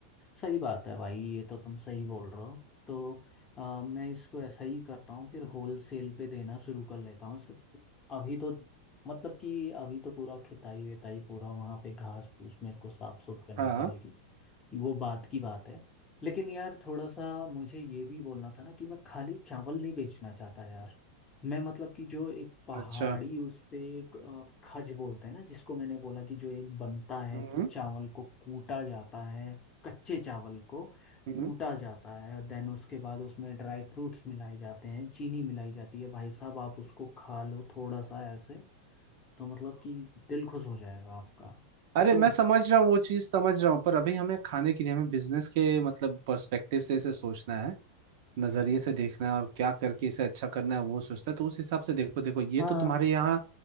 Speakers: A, on the left (about 20°); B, on the right (about 55°).
A: सही बात है भाई ये तो तुम सही बोल रहे हो तो अ, मैं इसको ऐसा ही करता हूँ फिर होल सेल पे देना शुरू कर लेता हूँ इसे। अभी तो मतलब कि अभी तो पूरा खिताई विताई पूरा वहाँ पे घास फूस मेरे को साफ सुफ करनी
B: हाँ
A: पड़ेगी वो बात की बात है लेकिन यार थोड़ा सा मुझे ये भी बोलना था ना कि मैं खाली चावल नहीं बेचना चाहता यार मैं मतलब कि जो एक पहाड़ी
B: अच्छा
A: उस पे एक अ, खज बोलते हैं ना जिसको मैंने बोला कि जो एक बनता है
B: हम्म
A: कि चावल को कूटा जाता है कच्चे चावल को
B: हम्म
A: कूटा जाता है देन उसके बाद उसमें ड्राई फ्रूट्स मिलाए जाते हैं चीनी मिलाई जाती है भाई साहब आप उसको खा लो थोड़ा सा ऐसे तो मतलब कि दिल खुश हो जाएगा आपका
B: अरे
A: तो
B: मैं समझ रहा हूँ वो चीज समझ रहा हूँ पर अभी हमें खाने के लिए हमें बिजनेस के मतलब पर्सपेक्टिव से इसे सोचना है नजरिए से देखना है और क्या करके इसे अच्छा करना है वो सोचना है तो उस हिसाब से देखो देखो ये
A: हाँ
B: तो तुम्हारे यहाँ